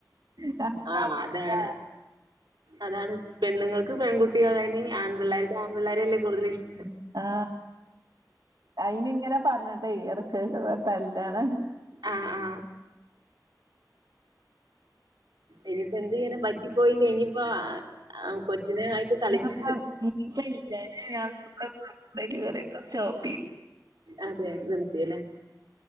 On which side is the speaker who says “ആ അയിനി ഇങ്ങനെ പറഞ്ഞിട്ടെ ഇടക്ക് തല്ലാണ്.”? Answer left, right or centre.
Right